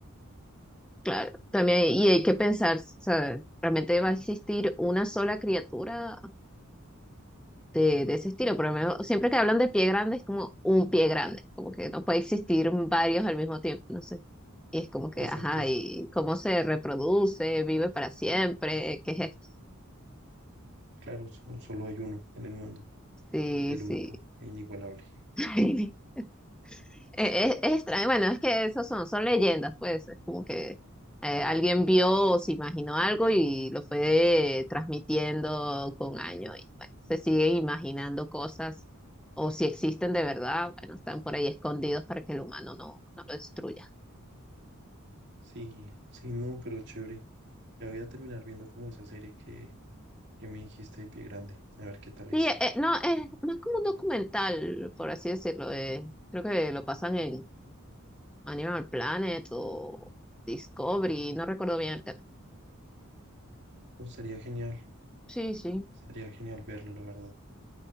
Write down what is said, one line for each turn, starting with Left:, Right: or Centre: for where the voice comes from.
Centre: claro. También, y hay que pensar, ¿sabes? ¿Realmente va a existir una sola criatura de, de ese estilo, pero al menos siempre que hablan de pie grande es como un pie grande, como que no puede existir varios al mismo tiempo, no sé. Y es como que,
Right: Exactos,
Centre: ajá, ¿y cómo se reproduce? ¿Vive para siempre? ¿Qué es esto?
Right: claro, so- solo hay uno en el mundo,
Centre: Sí,
Right: el
Centre: sí.
Right: único e inigualable.
Centre: <laughs> Eh, Es, es extraño, bueno, es que esos son, son leyendas, pues, es como que eh, alguien vio o se imaginó algo y lo fue transmitiendo con años y bueno, se siguen imaginando cosas o si existen de verdad, bueno, están por ahí escondidos para que el humano no, no lo destruya.
Right: Sí, sí, no, pero chévere. Me voy a terminar viendo como esa serie que, que me dijiste de Pie Grande. A ver qué tal
Centre: Sí,
Right: es.
Centre: eh, eh, no, es más como un documental, por así decirlo, eh, creo que lo pasan en Animal Planet o Discovery, no recuerdo bien el canal.
Right: Oh, estaría genial,
Centre: Sí, sí.
Right: estaría genial verlo, la verdad.